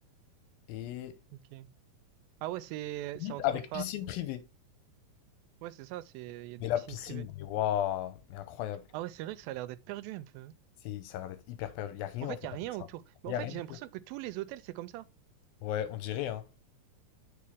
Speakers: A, on the left; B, on the right.
A: Et
B: Ok. Ah ouais, c'est,
A: limite
B: c'est entre
A: avec
B: pas...
A: piscine privée.
B: Ouais, c'est ça, c'est, il y a
A: Mais
B: des
A: la
B: piscines
A: piscine,
B: privées.
A: mais waouh, mais incroyable.
B: Ah ouais, c'est vrai que ça a l'air d'être perdu un peu. hein.
A: C'est, ça a l'air d'être hyper perdu. Il y a rien,
B: En fait,
A: en fait,
B: il
A: à
B: y a rien
A: part ça.
B: autour. Mais
A: Il
B: en
A: y
B: fait,
A: a rien
B: j'ai
A: du
B: l'impression
A: tout.
B: que tous les hôtels, c'est comme ça.
A: Ouais, on dirait, hein.